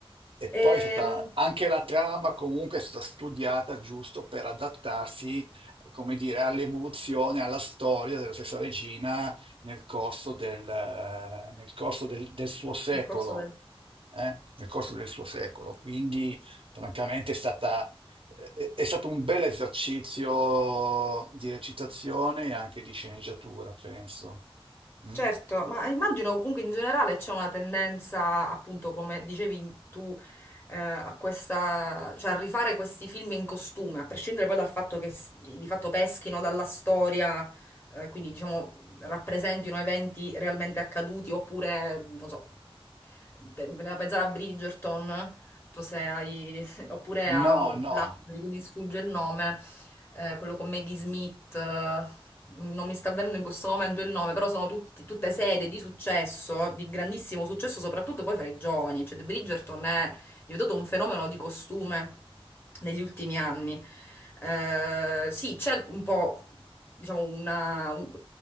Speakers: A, on the right (about 60°); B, on the left (about 25°).
A: e
B: Ehm,
A: poi è stata, anche la trama comunque è stata studiata giusto per adattarsi, come dire, all'evoluzione, alla storia della stessa regina nel corso del, eh, nel corso del- del suo secolo.
B: nel corso del...
A: eh, Nel corso del suo secolo. Quindi, francamente, è stata è è stato un bel esercizio di recitazione e anche di sceneggiatura, penso. Mm?
B: Certo, ma immagino comunque in generale c'è una tendenza, appunto, come dicevi tu, eh, a questa, cioè a rifare questi film in costume, a prescindere poi dal fatto che s- di fatto peschino dalla storia, eh, quindi diciamo rappresentino eventi realmente accaduti oppure, non so, Pe- Voleva pensare a Bridgerton, tu se hai, <laughs> oppure a
A: No,
B: mu-
A: no,
B: l'altro di cui mi sfugge il nome, eh, quello con Maggie Smith, eh, non mi sta avvenendo in questo momento il nome, però sono tutti- tutte serie di successo, di grandissimo successo, soprattutto poi fra i giovani, cioè The Bridgerton è diventato un fenomeno di costume negli ultimi anni. Eh, sì, c'è un po', diciamo, una, un-